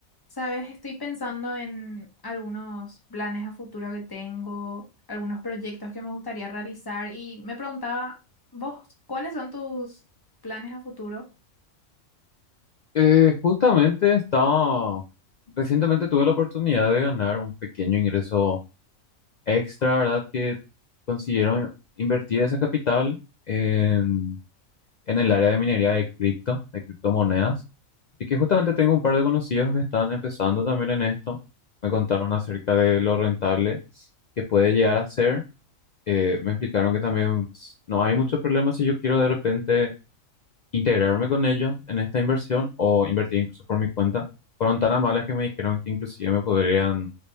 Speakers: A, on the left; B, on the left.
A: Sabes, estoy pensando en algunos planes a futuro que tengo, algunos proyectos que me gustaría realizar y me preguntaba, vos, ¿cuáles son tus planes a futuro?
B: Eh, justamente estaba, recientemente tuve la oportunidad de ganar un pequeño ingreso extra, ¿verdad? Que consiguieron invertir esa capital en, en el área de minería de cripto, de criptomonedas. Y que justamente tengo un par de conocidos que están empezando también en esto. Me contaron acerca de lo rentable que puede llegar a ser. Eh, me explicaron que también pues, no hay mucho problema si yo quiero de repente integrarme con ellos en esta inversión o invertir incluso por mi cuenta. Fueron tan amables que me dijeron que inclusive me podrían